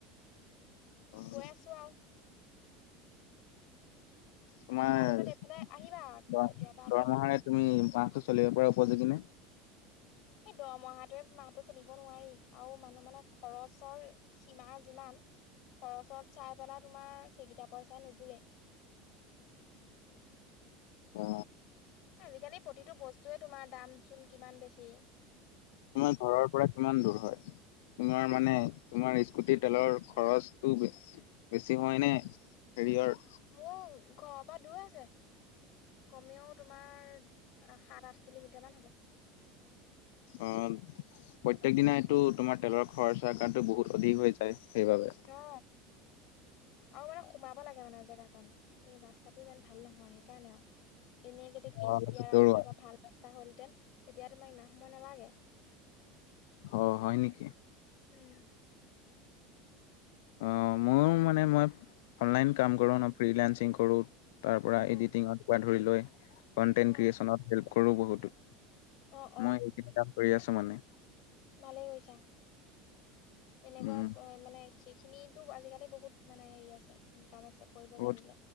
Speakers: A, on the left (about 75°); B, on the left (about 60°).
A: অ
B: গৈ আছো আও
A: তোমাৰ
B: তাৰ পাছত
A: দ
B: এইফালে আহিবা কেতিয়াবা আকৌ
A: দৰমহাৰে তুমি মাহটো চলিব পাৰা উপযোগী নে
B: এই দৰমহটোৱে মাহটো চলিব নোৱাৰি আৰু মানুহ মানে খৰচৰ সীমা যিমান খৰচত চাই পেলাই তোমাৰ সেইকেইটা পইচাই নোযোৰে
A: অ
B: আজিকালি প্ৰতিটো বস্তুৱে তোমাৰ দাম চোন কিমান বেছি
A: তোমাৰ ঘৰৰ পৰা কিমান দূৰ হয় তোমাৰ মানে তোমাৰ স্কুল স্কুটী তেলৰ খৰচটো ব বেছি হয়নে হেৰি হয়
B: মো ঘ পা দূৰ আছে কমেও তোমাৰ আহ সাত আঠ কিলোমিটাৰ মান হ'ব
A: অ প্ৰত্যেক দিনাই টো তোমাৰ তেলৰ খৰচা কাৰণে বহুত অধিক হৈ যায় সেইবাবে।
B: অ আৰু মানে সোমাব লাগে মানে জেগাকন এই ৰাস্তাটো ইমান ভাল নহয় সেইকাৰণে আৰু এনেই যদি পিছ
A: অ
B: দিয়া ৰাস্তা বা ভাল ৰাস্তা হলহেতেন তেতিয়া তোমাৰ ইমান সম নবাগে <inaudible>
A: অ হয় নেকি
B: উম
A: অ মোৰ মানে মই অনলাইন কাম কৰো ন ফ্ৰি লেন্চিং কৰো তাৰ পৰা
B: অ',
A: এডিটিঙত পৰা ধৰি লৈ কন্টেন্ট
B: অ',
A: ক্ৰিয়েচনত হেল্প কৰোঁ বহুতো
B: অ',
A: মই এইেইখিনি কাম কৰি আছো মানে
B: ভালে কৈছা তেনেকুৱা
A: উম
B: চ মানে সেইখিনি আজিকালি বহুত মানে হেৰি আছে ইনকাম আছে কৰিব জানিলে।
A: অত